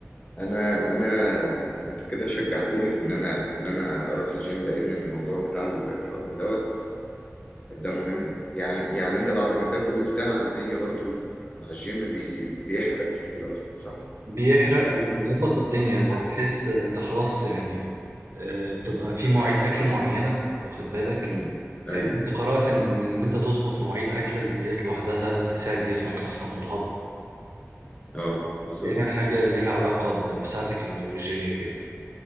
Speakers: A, on the left; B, on the right.
A: انا انا انت كده شجعتني في ان انا في ان انا اروح الجيم لان الموضوع بتاع الهضم دوت ده مهم يعني يعني انت بعد ما تاكل وبتاع الدنيا برضو مع الجيم بي بيحرق كتير قصدك صح؟
B: بيحرق وبيظبط الدنيا انت
A: اه
B: بتحس انت خلاص يعني آه، بتبقى في مواعيد اكل معينه واخد بالك
A: امم
B: يعني
A: ايوه
B: انت قرات ان ان إن انت تظبط مواعيد اكلك ديت لوحدها تساعد جسمك اصلا في الهضم
A: اه بالظبط
B: تقريبا حاجه ليها علاقه ب- بساعتك البيولوجيه كده